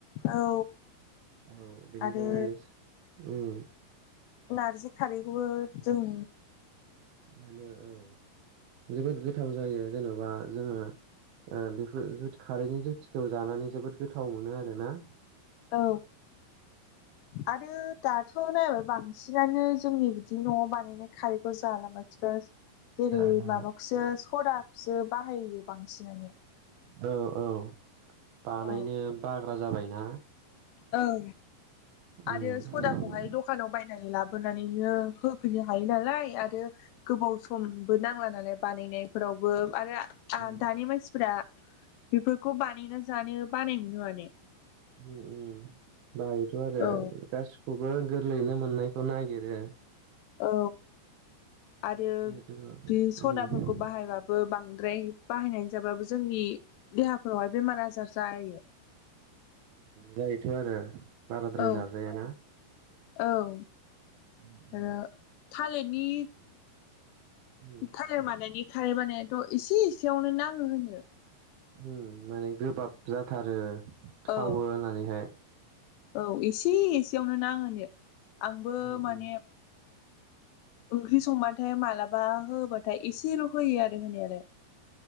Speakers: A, on the left; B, on the right.
A: औ
B: औ बेनिफ्राय
A: आरो
B: उम
A: नारजि खारैखौबो जों
B: बेनो औ जोबोद गोथाव जायो जेन'बा जोङो बेफोर खारैनि जुथिखौ जानानै जोबोद गोथाव मोनो आरोना
A: औ आरो दाथ' नायबाय बां सिनानो जोंनि बिदि न'आव बानायनाय खारैखौ जाला मानसिफ्रा जेरै
B: जाला
A: माबाखौसो सदाखौसो बाहायो बांसिनानो
B: औ औ बानायनो
A: औ
B: बाग्रा जाबायना
A: ओं आरो
B: उम
A: सदाखौहाय दखानाव बाय नानै लाबोनानैनो होफैनो हायो नालाय आरो गोबाव समबो नांला नालाय बानायनायफोरावबो आरो
B: उम
A: दानि मानसिफोरा बेफोरखौ बानायना जानो बानाय मोनो माने
B: उम उम बायोथ' आरो
A: औ
B: गासैखौ बो गोरलैयैनो मोननायखौ नागिरो
A: औ आरो
B: जिहेथु उम
A: बे सनाफोरखौ
B: उम
A: बाहायबाबो बां द्राय बाहायनानै जाबाबबो जोंनि देहाफोरावहाय बेमार आजार जायो
B: जायोथ' आरो बाराद्राय
A: औ
B: जाजायाना?
A: औ
B: उम उम
A: आरो थालिरनि
B: उम,
A: थालिर मादानि खारै बानायाथ' एसे एसेयावनो नाङो होनो।
B: उम माने गोबाब जाथारो थावो
A: औ
B: होननानैहाय।
A: औ एसे एसेयावनो ना होनो आंबो
B: उम
A: माने।
B: उम
A: ओंख्रि संबाथाय मालाबा होबाथाय एसेल' होयो आरो होनाय आरो